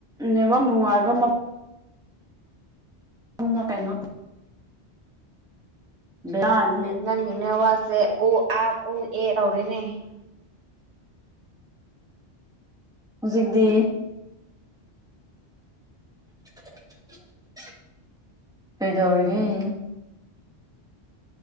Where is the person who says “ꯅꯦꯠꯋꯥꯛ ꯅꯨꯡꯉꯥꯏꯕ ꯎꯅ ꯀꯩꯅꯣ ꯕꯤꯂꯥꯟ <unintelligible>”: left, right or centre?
Centre